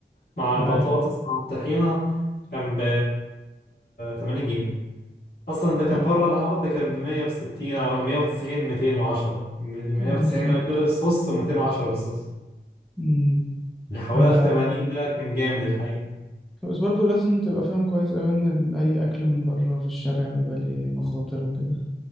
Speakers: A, on the left (about 60°); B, in the centre.
A: مع البطاطس
B: تمام
A: مع الطحينة كان ب 80 جنيه أصلا ده كان
B: طب
A: بره العرض كان ب 160 أو 190 210 190
B: بالظبط
A: من غير الصوص و210 بالصوص
B: مم.
A: اللي حوالي
B: آه.
A: 80 ده كان جامد الحقيقة
B: بس برضه لازم تبقى فاهم كويس أوي إن ال- أي أكل من بره في الشارع بيبقى ليه مخاطر وكده